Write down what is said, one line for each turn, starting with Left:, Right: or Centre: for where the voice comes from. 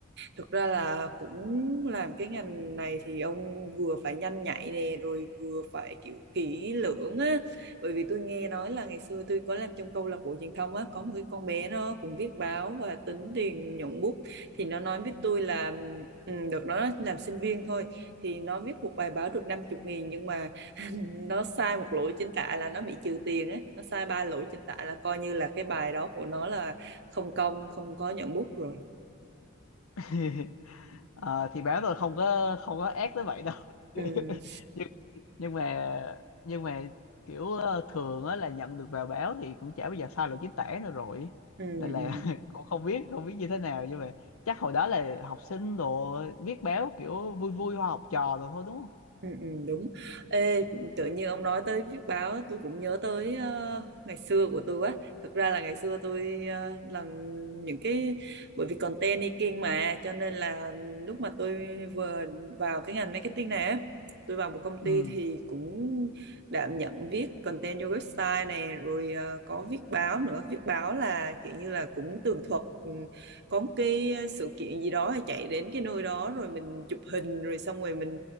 Right: Thực ra là cũng làm cái ngành này thì ông vừa phải nhanh nhạy nè rồi vừa phải kiểu kỹ lưỡng á bởi vì tôi nghe nói là ngày xưa tôi có làm trong câu lạc bộ truyền thông á có một cái con bé nó cũng viết báo và tính tiền nhuận bút thì nó nói với tôi là ừ, được nó làm sinh viên thôi thì nó viết một bài báo được năm chục nghìn nhưng mà <laughs> nó sai một lỗi chính tả là nó bị trừ tiền á nó sai ba lỗi chính tả là coi như là cái bài đó của nó là không công không có nhuận bút rồi
Left: <laughs> Ờ, thì báo tôi không có không có ác tới vậy đâu <laughs>
Right: ừ
Left: Nhưng nhưng mà nhưng mà kiểu ờ, thường á là nhận được vào báo thì cũng chả bao giờ sai lỗi chính tả nữa rồi
Right: ừ
Left: nên là
Right: ừ
Left: <laughs> cũng không biết không biết như thế nào nhưng mà chắc hồi đó là học sinh đồ viết báo kiểu vui vui hoa học trò rồi thôi đúng không
Right: ừ ừ, đúng ê tự nhiên ông nói tới viết báo tôi cũng nhớ tới ờ, ngày xưa của tôi quá thực ra là ngày xưa tôi ờ, làm những cái bởi vì content making mà cho nên là lúc mà tôi vừa vào cái ngành marketing này á, tôi vào một công
Left: ừ
Right: ty thì cũng đảm nhận viết content cho website này rồi ờ, có viết báo nữa viết báo là kiểu như là cũng tường thuật ừ, có một cái ờ, sự kiện gì đó chạy đến cái nơi đó rồi mình chụp hình rồi xong rồi mình